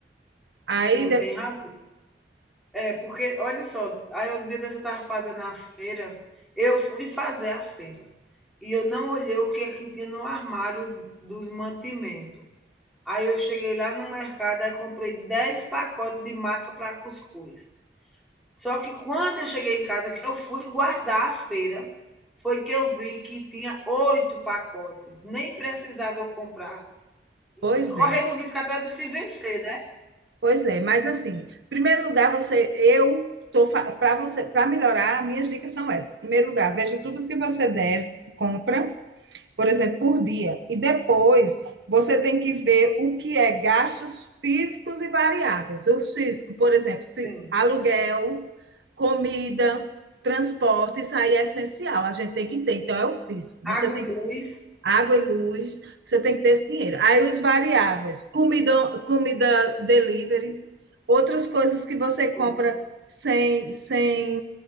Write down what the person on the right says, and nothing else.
Aí,
de,
pois
é,
pois é. Mas assim, em primeiro lugar, você, eu estou para você, para melhorar, minhas dicas são essas. Em primeiro lugar, veja tudo o que você deve, compra, por exemplo, por dia. E depois você tem que ver o que é gastos físicos e variáveis. O físico, por exemplo,
se aluguel, comida, transporte, isso aí é essencial, a gente tem que ter. Então, é o físico.
Você tem
água e luz, você tem que ter esse dinheiro. Aí os variáveis, comida, comida delivery, outras coisas que você
compra sem, sem,